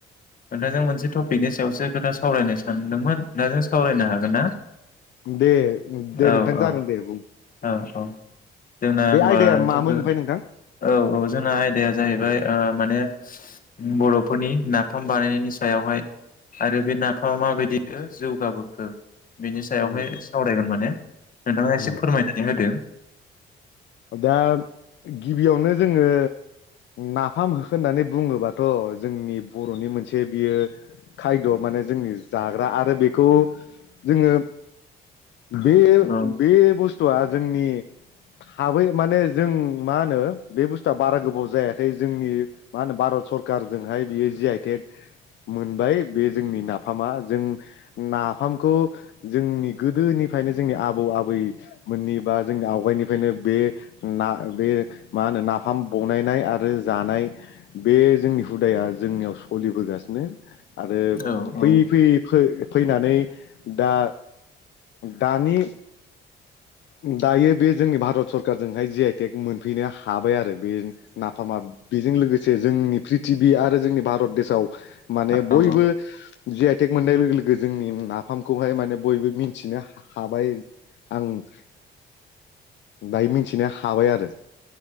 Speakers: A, on the left; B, on the left.
A: नोंथां जों मोनसे टपिकनि सायावसो खोथा सावरायनो सानदोंमोन नोंथां जों सावरायनो हागोन ना?
B: दे दे
A: औ औ
B: नोंथां जागोन दे बुं
A: औ औ जोंना
B: बे
A: हबा
B: आयदाया
A: ल
B: मामोन ओमफ्राय नोंथां
A: औ औ जोंना आयदाया जाहैबाय माने। <inaudible> बर'फोरनि नाफाम बानायनायनि सायावहाय आरो बे नाफामा माबायदि जौगाबोखो। बेनि सायावहाय
B: उम
A: सावरायगोन माने। नोंथाङा एसे
B: उम
A: फोरमायनानै होदो।
B: दा गिबियावनो जोङो। नाफाम होखो होननानै बुङोबाथ जोंनि बर'नि मोनसे बियो खायद माने जोंनि जाग्रा आरो बेखौ जोङो बे-बे
A: औ
B: बुस्थुआ जोंनि थाबै माने जों मा होनो बे बुस्थुआ बारा गोबाव जायाखै जोंनि मा होनो भारत सरखारारजोंहाय बियो जि आइटेक मोनबाय बे जोंनि नाफामा जों नाफामखौ जोंनि गोदोनिफ्रायनो जोंनि आबौ आबै मोननि बा जोंनि आवगायनि। बेखायनो बे ना बे मा होनो नाफाम बनायनाय आरो जानाय बे जोंनि हुदाया जोंनियाव सोलिबोगासिनो। आरो
A: औ
B: फैयै
A: औ
B: फैयै फो फैनानै दा दानि दायो बे जोंनि भारत सरकारजोंहाय जि आइटेक मोनफैनो हाबाय आरो। बे नाफामा बेजों लोगोसे जोंनि। टि भि आरो जोंनि भारत देसाव माने
A: औ
B: बयबो जि आइ टेक मोननाय‌ लोगो लोगो जोंनि नाफामखौहाय माने बयबो मिथिनो हाबाय आं <inaudible> दायमि मिथिनो हाबाय आरो <inaudible>